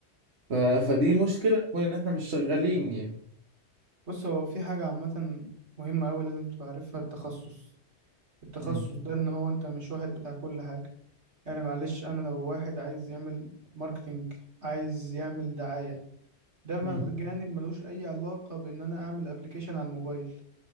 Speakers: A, on the right (about 70°); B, on the right (about 90°).
A: ف... فدي
B: تمام.
A: مشكلة تكون إن إحنا مش شغالين يعني
B: بص هو في حاجه عامه مهمه قوي لازم تبقى عارفها التخصص التخصص
A: امم
B: ده ان هو انت مش واحد بتاع كل حاجه يعني معلش انا لو واحد عايز يعمل ماركتينج عايز يعمل دعايه ده مل-
A: امم
B: جانب ملوش اي علاقه بان انا اعمل ابلكيشن على الموبايل